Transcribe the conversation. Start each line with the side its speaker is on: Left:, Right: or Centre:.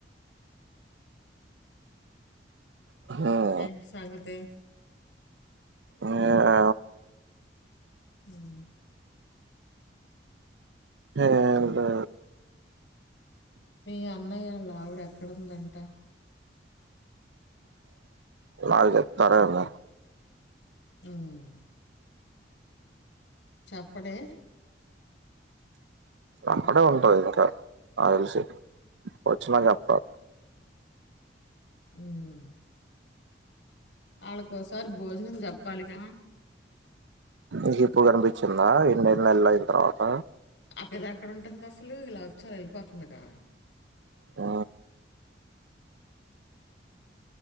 Right: ఆ
Left: ఏంటి సంగతి
Right: ఆఏ
Left: ఉమ్మ్
Right: ఏం కాదు
Left: మీ అన్నయ్యళ్ళ ఆవిడా ఎక్కడుందంట
Right: నాకు చెప్తారా ఏంది
Left: ఉమ్ చెప్పడే
Right: అక్కడే ఉంటది ఇంకా నాకి తెలిసి వచ్చినా చెప్తా
Left: ఉమ్మ్ వాళ్ల కోసం సార్ భోజనం చెప్పాలిగా
Right: నీకు ఇప్పుడు కనిపిచిందా ఎన్నేల్లలు అయిన తర్వాత
Left: ఆ పిల్ల ఏక్కడ ఉంటుంది అసలు ఇలా వచ్చి అలా ఎళ్ళిపోతుందిగా
Right: ఆ